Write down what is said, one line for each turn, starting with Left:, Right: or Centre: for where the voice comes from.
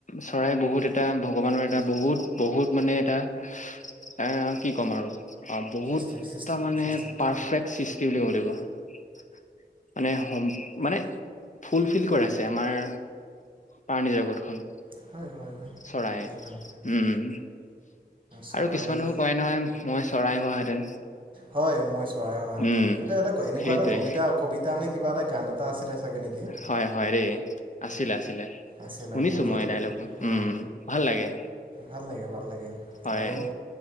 Left: চৰাই বহুত এটা ভগৱানৰ এটা বহুত বহুত মানে এয়া এ কি ক'ম আৰু অ বহুত
Right: সৃষ্টি সৃষ্টি
Left: তাৰমানানে
Right: সৃষ্টি
Left: পাৰফেক্ট সৃষ্টি বুলি ক'ব লাগিব মানে হম মানে ফুলফিল কৰাইছে আমাৰ পাৰণী জগতখন
Right: হয় হয় হয়
Left: চৰাই
Right: একদম
Left: উম
Right: চৰাই
Left: আৰু কিছুমানো হয় নহয় মই চৰাই হোৱাহেঁতেন
Right: হয় মই চৰাই অহেতেন
Left: উম
Right: এইটো এ এনেকুৱা
Left: সেইটোৱে
Right: এটা কবিতা কবিতা নে কিবা এটা গান এটা আছিলে চাগে নেকি
Left: হয় হয় ৰে আছিল
Right: আছিলে
Left: শুনিছো
Right: আৰু জ্যোতি
Left: মই ডাইলগটো উম
Right: অ
Left: ভাল লাগে
Right: ভাল লাগে ভাল লাগে
Left: হয়
Right: আৰু